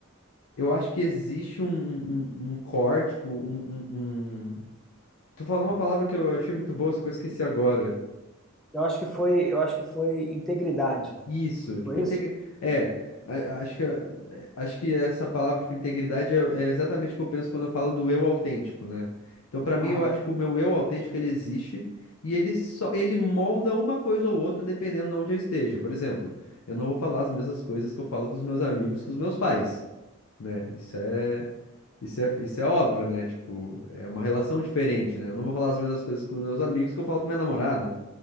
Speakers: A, on the left (about 70°); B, in the centre.
A: eu acho que existe um, um, um- um core, tipo, um, um- um- Tu falou uma palavra que eu achei muito boa, só que eu esqueci agora.
B: Eu acho que foi, eu acho que foi integridade.
A: Isso, tipo,
B: Foi
A: integri...
B: isso?
A: é, a- acho que, acho que essa palavra, tipo, integridade é, é exatamente o que eu penso quando eu falo do eu autêntico, né? Então, pra mim,
B: Aham.
A: eu acho que o meu eu autêntico, ele existe e ele só, ele molda uma coisa ou outra dependendo de onde eu esteja. Por exemplo, eu não vou falar as mesmas coisas que eu falo com os meus amigos, com os meus pais, né? Isso é, isso é, isso é óbvio, né? Tipo, é uma relação diferente, né? Eu não vou falar as mesmas coisas com os meus amigos que eu falo com minha namorada.